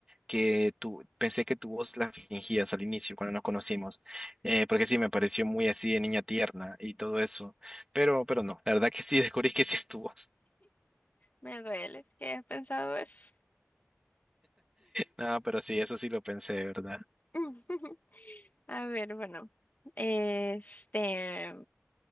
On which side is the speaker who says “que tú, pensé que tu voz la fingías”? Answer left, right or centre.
Right